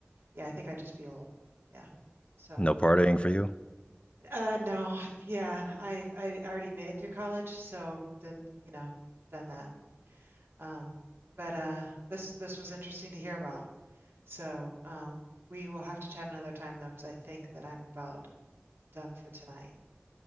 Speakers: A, on the right; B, on the left.
A: yeah, I think I'd just be old. Yeah. So.
B: No partying for you.
A: Uh, no, yeah, I I already made it through college, so then you know, done that. Um, but uh, this this was interesting to hear about. So um, we will have to chat another time though, because I think that I'm about done for tonight.